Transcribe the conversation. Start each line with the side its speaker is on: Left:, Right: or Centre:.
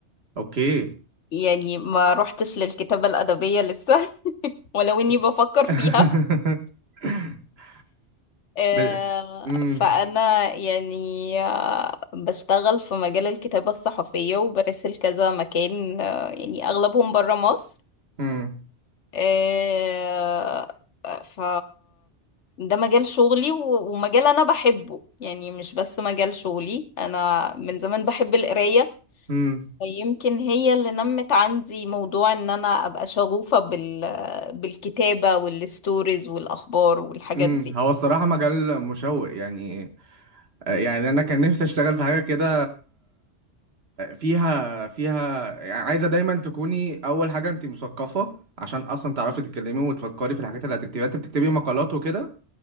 Right: اوكي
Left: يعني ما روحتش للكتابة الأدبية لسه <laughs> ولو
Right: <laughs>
Left: اني بفكر فيها آه،
Right: ب... امم
Left: فانا يعني آه، بشتغل في مجال الكتابة الصحفية وبرسل كذا مكان آه، يعني اغلبهم برا مصر
Right: امم
Left: آه، ف ده مجال شغلي و- ومجال انا بحبه يعني مش بس مجال شغلي انا من زمان بحب القراية
Right: امم
Left: يمكن هي اللي نمت عندي موضوع ان انا ابقى شغوفة بال... بالكتابة والستوريز والاخبار والحاجات
Right: امم
Left: دي
Right: هو الصراحة مجال مشوق يعني آه، يعني انا كان نفسي اشتغل في حاجة كده فيها فيها يعني عايزة دايما تكوني أول حاجة أنت مثقفة عشان أصلا تعرفي تتكلمي وتفكري في الحاجات اللي هتكتبيها أنت بتكتبي مقالات وكده